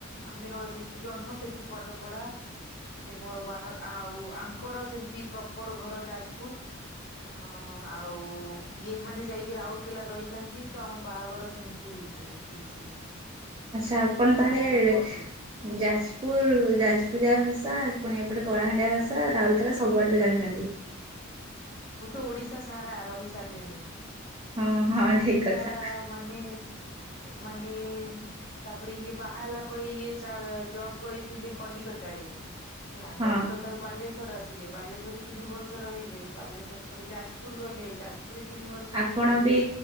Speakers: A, on the left; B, on the right.
A: ଆମେ ସେଠୁ ଜନ୍ମ ସେଠି ପାଠ ପଢା। ଫେର ମୋର ବାହା ଆଉ ଆଙ୍କର ସେମିତି ପ୍ରପର ଘର ଯାଜପୁର। ଅ ଆଉ ଇଏମାନେ ଯାଇକି ରାଉରକେଲା ରହିଛନ୍ତି ତ ଆମ ବାହାଘର ସେମିତି ହେଇଯାଇ। ହେଇଛି।
B: ଆଚ୍ଛା ଆପଣ ତାହେଲେ
A: ଯାଜପୁର ପଟୁ
B: ଯାଜପୁର ଯାଜପୁରିଆ ଭାଷା ପୁଣି ଏପଟେ କଳାହାଣ୍ଡିଆ ଭାଷା ରାଉରକେଲା ସବୁଆଡରେ ଜାଣିଛନ୍ତି।
A: ମୁଁ ତ ଓଡିଶା ସାରା ରହି ସାରିଲେଣି।
B: ହଁ ହଁ
A: ଓଡିଶା
B: ଠିକ୍ କଥା
A: ମାନେ ମାନେ ତାପରେ ଇଏ ବାହା ହେଲା ପରେ ଇଏ ଜବ କରିଥିଲେ କଲିକତାରେ। ହେଲା
B: ହଁ
A: କଲିକତା ରୁ ବାଲେଶ୍ଵର ଆସିଲେ ବାଲେଶ୍ଵରରେ ତିନି ବର୍ଷ ରହିଲେ। ବାଲେଶ୍ଵର ପରେ ଯାଜପୁର ଗଲେ ଯାଜପୁର। ପୁରି ତିନି ବର୍ଷ।
B: ଆପଣ
A: ରହିଲେ
B: ବି